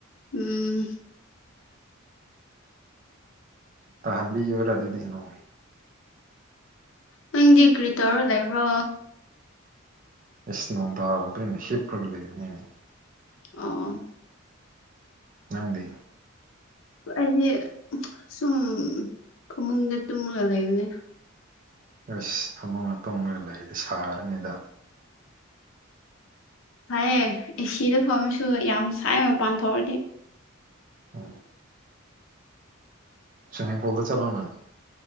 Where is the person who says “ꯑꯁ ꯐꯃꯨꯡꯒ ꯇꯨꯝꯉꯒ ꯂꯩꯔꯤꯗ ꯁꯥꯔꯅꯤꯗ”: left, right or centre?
Right